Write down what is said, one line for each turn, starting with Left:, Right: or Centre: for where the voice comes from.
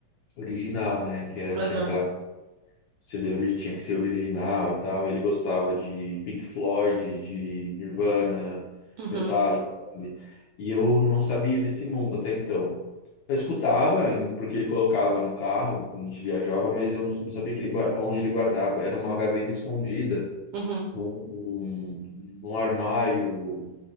Left: original, né, que era,
Right: Aham.
Left: tinha aquela CD ori- tinha que ser original e tal. Ele gostava de Pink Floyd, de Nirvana,
Right: Uhum.
Left: Metallica, sabe? E eu não sabia desse mundo até então. Eu escutava, em- porque ele colocava no carro quando a gente viajava, mas eu não não sabia que ele, guar- onde ele guardava. Era uma gaveta escondida
Right: Uhum.
Left: num, num, num armário